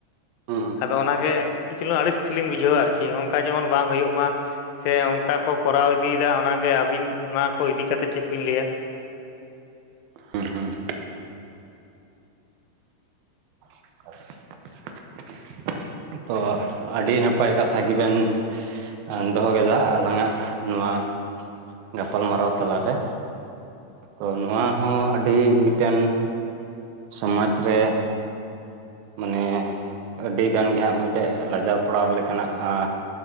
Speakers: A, on the right; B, on the left.
A: ᱦᱩᱸ
B: ᱟᱫᱚ ᱚᱱᱟᱜᱮ ᱠᱤᱪᱷᱩ ᱞᱤᱝ ᱟᱹᱲᱤᱥ ᱞᱤᱧ ᱵᱩᱡᱷᱟᱹᱣᱟ ᱟᱨᱠᱤ ᱚᱱᱠᱟ ᱡᱮᱢᱚᱱ ᱵᱟᱝ ᱦᱩᱭᱩᱜ ᱢᱟ, ᱥᱮ ᱚᱱᱠᱟ ᱠᱚ ᱠᱚᱨᱟᱣ ᱤᱫᱤᱭᱮᱫᱟ ᱚᱱᱟᱜᱮ ᱟᱹᱵᱤᱱ ᱚᱱᱟ ᱠᱚ ᱤᱫᱤ ᱠᱟᱛᱮ ᱪᱮᱫ ᱵᱤᱱ ᱞᱟᱹᱭᱟ?
A: ᱦᱩᱸ ᱦᱩᱸ᱾ <unintelligible> ᱚ ᱟᱹᱰᱤ ᱱᱟᱯᱟᱭ ᱠᱟᱛᱷᱟ ᱜᱮᱵᱮᱱ ᱮᱸ ᱫᱚᱦᱚ ᱠᱮᱫᱟ ᱟᱞᱟᱝᱟᱜ ᱱᱚᱣᱟ ᱜᱟᱯᱟᱞ ᱢᱟᱨᱟᱣ ᱛᱟᱞᱟᱨᱮ᱾ ᱛᱚ ᱱᱚᱣᱟ ᱦᱚᱸ ᱟᱹᱰᱤ ᱢᱤᱫᱴᱮᱱ ᱥᱚᱢᱟᱡᱽ ᱨᱮ᱾ ᱢᱟᱱᱮ ᱟᱹᱰᱤᱜᱟᱱ ᱜᱮ ᱦᱟᱸᱜ ᱢᱤᱫᱴᱮᱡ ᱞᱟᱡᱟᱣ ᱯᱟᱲᱟᱣ ᱞᱮᱠᱟᱱᱟᱜ᱾ ᱟᱻ